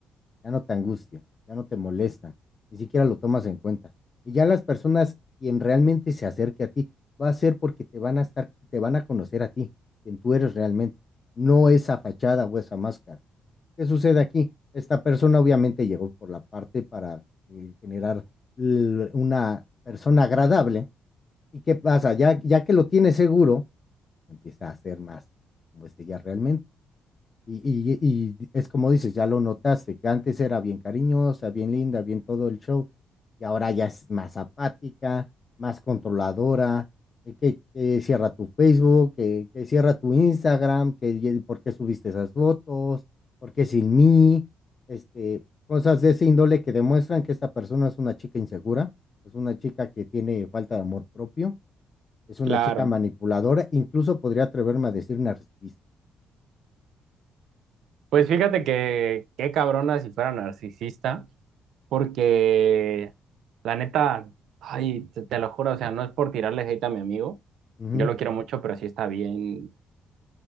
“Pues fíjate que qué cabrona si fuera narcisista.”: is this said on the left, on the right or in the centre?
Right